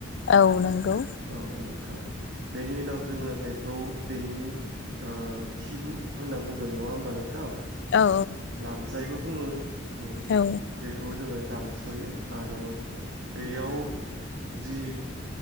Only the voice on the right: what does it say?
औ नोंथां। बेनि उनाव जोङो बेखौ बेनि ओ खिबु होनना बुंगोन नङा होमबा नोंथां?
लानजायबो बुङो जोङो
बेखौ जोङो दानसयो आरो बेयाव जि